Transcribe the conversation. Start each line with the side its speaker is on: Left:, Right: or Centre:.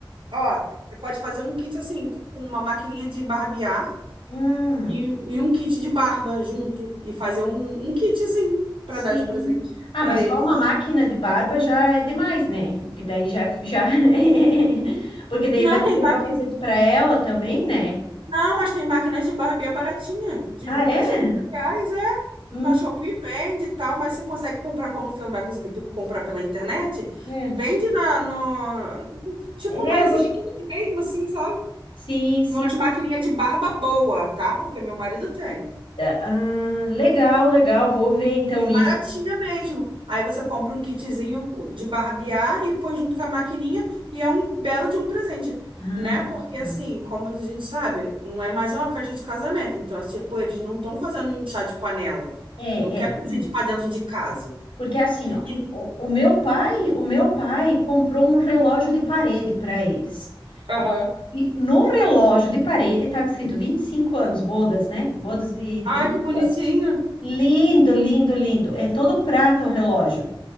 Right: Ó, você pode fazer um kit assim com uma maquininha de barbear
Left: hum,
Right: E, e um kit de barba junto. E fazer um, um kitzinho pra
Left: sim.
Right: dar de presente
Left: Ah,
Right: pra
Left: mas
Right: ele.
Left: só uma máquina de barba já é demais, né? Porque daí já, já... <laughs> Porque daí
Right: Não,
Left: vai ter
Right: tem
Left: que comprar
Right: máquina.
Left: um presente pra ela também, né?
Right: Não, mas tem máquinas de barbear baratinha, de
Left: Ah,
Right: 20
Left: é?
Right: 30 reais, é.
Left: Hum,
Right: Na Shopee vende e tal, mas você consegue comprar como você não vai conseguir comprar pela internet?
Left: é.
Right: Vende na, no, tipo
Left: É,
Right: nas
Left: eu vou...
Right: esquinas mesmo, assim, sabe?
Left: Sim, sim.
Right: Umas maquininhas de barba boa, tá? Porque meu marido tem.
Left: Ah, legal, legal. Vou ver então
Right: E baratinha
Left: isso.
Right: mesmo. Aí você compra um kitzinho cu- de barbear e põe junto com a maquininha e é um belo de um presente,
Left: Ah,
Right: né? Porque
Left: tá.
Right: assim, como a gente sabe, não é mais uma festa de casamento. Então, assim, tipo, eles não estão fazendo um chá de panela.
Left: é,
Right: Não quer
Left: é.
Right: presente
Left: isso.
Right: para dentro de casa.
Left: Porque assim, ó,
Right: E...
Left: o, o meu pai, o meu pai comprou um relógio de parede para eles.
Right: Aham,
Left: E, e no relógio de parede estava escrito 25 anos, bodas, né? Bodas de, de
Right: Ai,
Left: vinte e
Right: que bonitinho.
Left: cinco anos. Lindo, lindo, lindo. É todo prata o relógio.